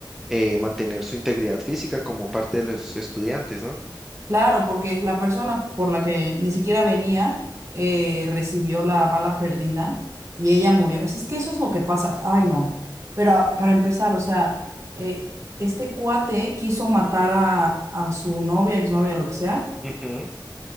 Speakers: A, in the centre; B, on the right.
A: eh, mantener su integridad física como parte de los estudiantes, ¿no?
B: Claro, porque la persona por la que ni siquiera venía eh, recibió la bala perdida y ella murió. Es, es que eso es lo que pasa. Ay, no. Pero ah, para empezar, o sea, eh, este cuate quiso matar a, a su novia, exnovia, lo que sea,
A: Ujú.